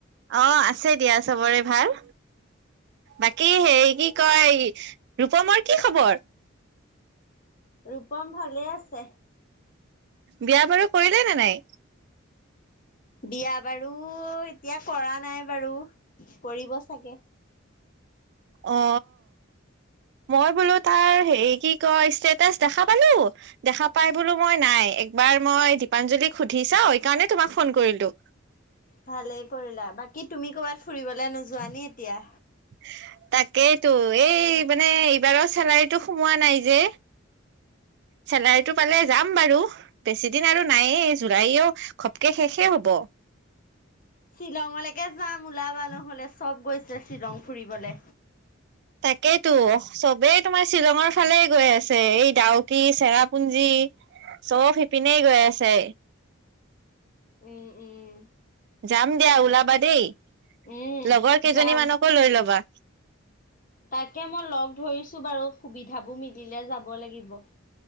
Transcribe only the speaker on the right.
অ আছে দিয়া সবৰে ভাল, বাকী হেৰি কি কয় ৰূপমৰ কি খবৰ?
বিয়া-বাৰু কৰিলে নে নাই?
অ। মই বোলো তাৰ হেৰি কি কয় ষ্টেটাচ দেখা পালোঁ দেখা পাই বোলো মই নাই একবাৰ মই দীপাঞ্জলী সুধি চাওঁ, এইকাৰণে তোমাক ফোন কৰিলো।
<inaudible> তাকেইতো এই মানে এইবাৰৰ চেলাৰীতো সোমোৱা নাই যে। চেলাৰীটো পালে যাম বাৰু। বেছি দিন আৰু নাইয়েই জুলাইও খপকে শেষে হব।
তাকেইতো চবেই তোমাৰ শ্বিলঙৰ ফালেই গৈ আছে, এই ডাউকি চেৰাপুঞ্জী। চব সেইপিনেই গৈ আছে।
যাম দিয়া ওলাবা দেই,
লগৰ কেইজনী
মানকো লৈ ল'বা।